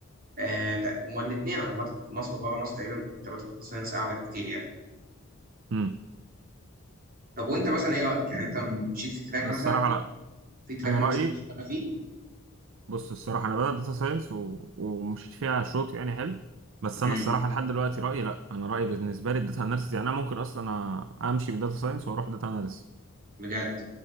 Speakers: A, on the right (about 45°); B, on the right (about 65°).
A: آه... تق- هما الاثنين عامه في مصر وبره مصر تقريبا مرتبات الداتا ساينس اعلى بكتير يعني
B: امم
A: طب وانت مثلا ايه رايك يعني انت مشيت في تراك
B: انا
A: مثلا
B: الصراحة لا
A: في تراك
B: انا
A: نفسك
B: رأيي
A: تشتغل فيه
B: بص الصراحة أنا بدأت داتا ساينس و... ومشيت فيها شوط يعني حلو بس
A: امم
B: أنا الصراحة لحد دلوقتي رأيي لأ أنا رأيي بالنسبة لي الداتا أناليسيس يعني أنا ممكن أصلا أ- أمشي من داتا ساينس وأروح داتا أناليسيس
A: بجد